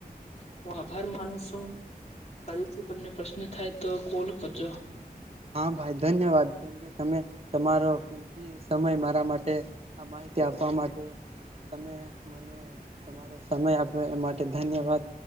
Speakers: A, on the left; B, on the right.
A: હું આભાર માન છું ફરીથી તમને પ્રશ્ન થાય તો કોલ કરજો.
B: હા, ભાઈ ધન્યવાદ. તમે તમારો કિંમતી સમય મારા માટે આ માહિતી આપવા માટે તમે મને તમારો સમય આપો એ માટે ધન્યવાદ.